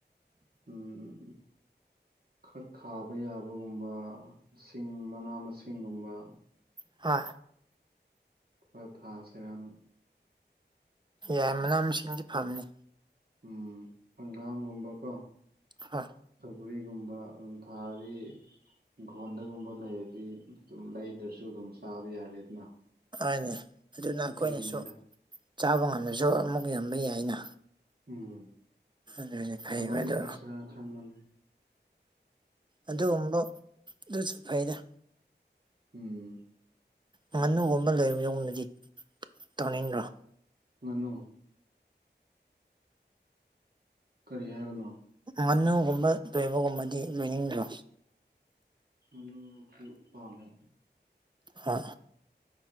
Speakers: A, on the right (about 55°); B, on the right (about 25°).
A: ꯎꯝ ꯈꯔ ꯊꯥꯕ ꯌꯥꯕꯒꯨꯝꯕ ꯁꯤꯡ ꯃꯅꯥ ꯃꯁꯤꯡꯒꯨꯝꯕ
B: ꯍꯥ
A: ꯈꯔ ꯊꯥꯁꯤꯔꯥꯕ
B: ꯌꯥꯏ ꯃꯅꯥ ꯃꯁꯤꯡꯗꯤ ꯐꯕꯅꯤ
A: ꯎꯝ ꯍꯪꯒꯥꯝꯒꯨꯝꯕꯀꯣ
B: ꯍꯥ
A: ꯎꯔꯤꯒꯨꯝꯕ ꯑꯗꯨꯝ ꯊꯥꯔꯤ ꯏꯪꯈꯣꯜꯗꯒꯨꯝꯕ ꯂꯩꯔꯗꯤ ꯑꯗꯨꯝ ꯂꯩꯗ꯭ꯔꯁꯨ ꯑꯗꯨꯝ ꯆꯥꯕ ꯌꯥꯔꯦꯗꯅ
B: ꯍꯣꯏꯅꯦ ꯑꯗꯨꯅ
A: ꯑꯗꯨꯒꯤꯅꯤꯗ
B: ꯑꯈꯣꯏꯅꯁꯨ ꯆꯥꯕ ꯉꯝꯗ꯭ꯔꯁꯨ ꯑꯃꯨꯛ ꯌꯣꯟꯕ ꯌꯥꯏꯅ
A: ꯎꯝ
B: ꯑꯗꯨꯅꯤ ꯐꯩꯕ
A: ꯑꯗꯨꯃꯥꯏꯟ
B: ꯑꯗꯣ
A: ꯇꯧꯁꯤꯔ ꯈꯟꯕꯅꯤ
B: ꯑꯗꯨꯒꯨꯝꯕ ꯑꯗꯨꯁꯨ ꯐꯩꯗ
A: ꯎꯝ
B: ꯉꯥꯅꯨꯒꯨꯝꯕ ꯂꯣꯏꯌꯨꯝꯕꯗꯤ ꯇꯧꯅꯤꯡꯗ꯭ꯔꯣ
A: ꯉꯅꯨ ꯀꯔꯤ ꯍꯥꯏꯕꯅꯣ
B: ꯉꯅꯨꯒꯨꯝꯕ ꯂꯣꯏꯕꯒꯨꯝꯕꯗꯤ ꯂꯣꯏꯅꯤꯡꯗ꯭ꯔꯣ
A: ꯉꯅꯨꯁꯨ ꯄꯥꯝꯃꯦ
B: ꯍꯥ